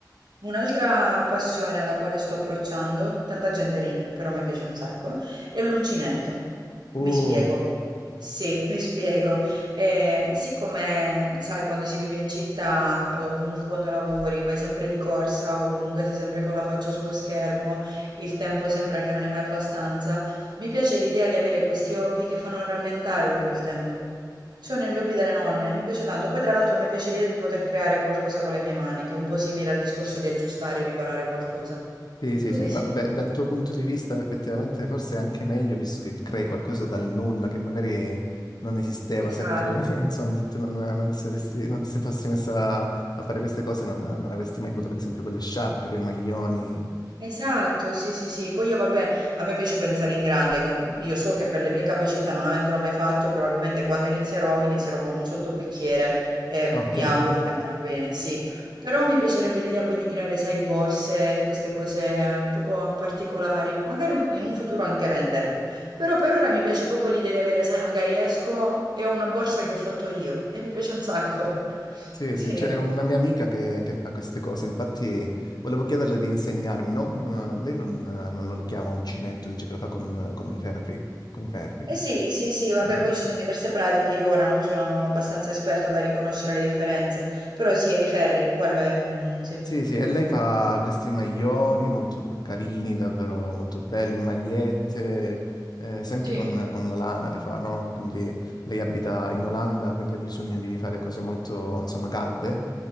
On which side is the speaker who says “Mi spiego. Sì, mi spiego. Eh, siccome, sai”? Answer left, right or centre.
Right